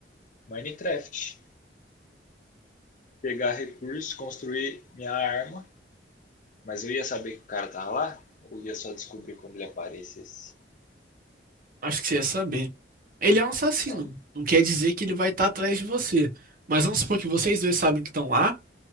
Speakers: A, on the left (about 45°); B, on the right (about 50°).
A: Minecraft. Pegar recursos, construir minha arma. Mas eu ia saber que o cara tava lá? Ou ia só descobrir quando ele aparecesse?
B: Acho que você ia saber. Ele é um assassino,
A: Não.
B: não quer dizer que ele vai estar atrás de você. Mas vamos supor que vocês dois sabem que estão lá